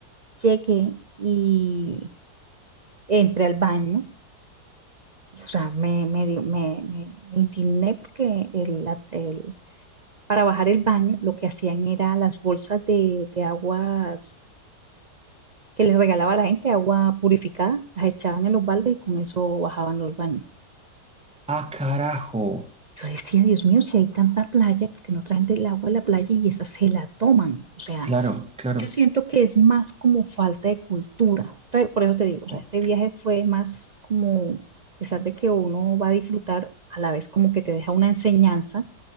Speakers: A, on the right; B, in the centre.
A: Llegué y entré al baño. y, o sea, me, me, dio- me, me- me indigné porque el, la- el- para bajar el baño lo que hacían era las bolsas de, de aguas que les regalaba la gente, agua purificada, las echaban en los baldes y con eso bajaban los baños.
B: Ah, carajo.
A: Yo decía, Dios mío, si hay tanta playa, ¿por qué no traen del agua a la playa y esa se la toman? O sea,
B: Claro, claro.
A: yo siento que es más como falta de cultura. Te- Por eso te digo, o sea,
B: Ok,
A: este viaje fue más como, a pesar de que uno va a disfrutar, a la vez como que te deja una enseñanza